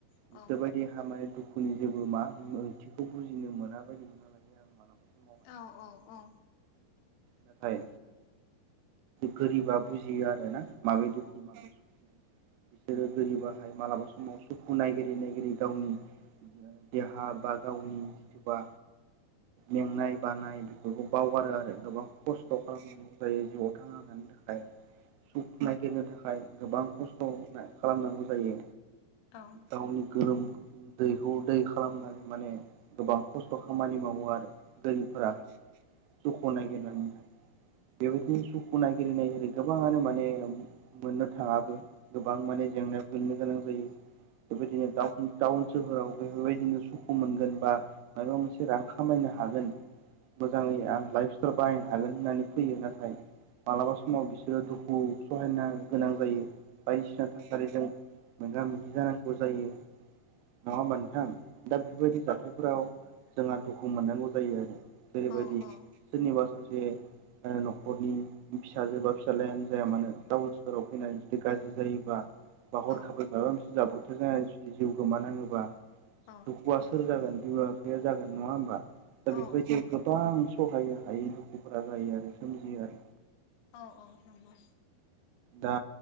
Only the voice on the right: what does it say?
गोसोबायदि माने दुखुनि जेबो मा ओंथिखौ बुजिनो मोना बायदिखौ <unintelligible>
नाथाय गोरिबा बुजियो आरोना माबे दुखु माबे सुखु बिसोरो गोरिबाहाय मालाबा समाव सुखु नायगिरै नायगिरै गावनि देहा बा गावनि जिथुबा मेंनाय बानाय बेफोरखौ बावगारो आरो गोबां खस्थ' खालामनांगौ जायो जिउआव थांना थानो थाखाय सुख नागिरनो थाखाय गोबां खस्थ' खालामनांगौ जायो
गावनि गोलोमदैखौ दै खालामनानै माने गोबां खस्थ' खामानि मावो आरो गोरिबफोरा सुखुखौ नागिरनानैहाय बेबायदिनो नायगिरै नायगिरै गोबाङानो माने मोननो थाङाबो गोबां माने जेंनायाव गोग्लैनो गोनां जायो बेबायदिनो टाउन टाउन सोहोराव बेफोरबायदिनो सुखु मोनगोन बा माबा मोनसे रां खामायनो हागोन मोजाङै आं लाइफ स्टाइल बाहायनो हागोन होननानै फैयो नाथाय मालाबा समाव बिसोर दुखु सहायनो गोनां जायो बायदिसिना थासारिजों मोगा मोगि जानांगौ जायो। नङा होनबा नोंथां दा बेफोरबायदि जाथायफोराव जोंहा दुखु मोननांगौ जायो आरो जेरैबायदि
सोरनिबा सासे न'खरनि फिसाजो बा फिसाज्लायानो जाया मानो टाउन सोहोराव फैनानै जुदि गाज्रि जायोबा बा हरखाबै
माबा मोनसे जाब्रबथाय जानानै जुदि जिउ गोमानांङोबा
दुखुआ सोर जागोन बिमा बिफाया जागोन नङा होमबा दा
बेफोरबायदि गोबां सहाय हायै दुखुफोरा जायो आरो सोमजियो आरो
दा